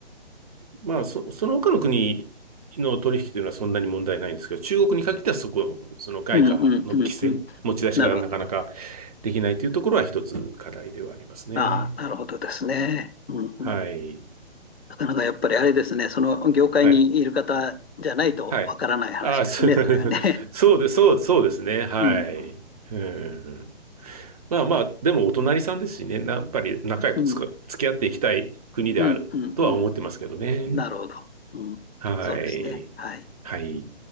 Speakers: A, on the right; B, on the left.
A: まあ、そ、その他の国の取引というのはそんなに問題ないんですけど、中国に限ってはそこ、その外貨の規制、
B: うんうんうん。
A: 持ち出しがなかなか
B: なるほど。
A: できないというところは一つ課題ではありますね。
B: ああ、なるほどですね。うんうん、
A: はい。
B: なかなかやっぱりあれですね、その業界にいる方じゃないとわからない話ですね、
A: はい。はい。あ、そ <laughs> う
B: それはね。
A: そうです、そう、そうですね。はい。
B: <laughs> うん、
A: うん。まあまあ、でもお隣さんですしね、なやっぱり仲良くつか、
B: うん、
A: 付き合っていきたい国であるとは思ってますけどね。
B: うん、うん、うん。なるほど。うん、
A: はい。
B: そうですね。はい。
A: はい。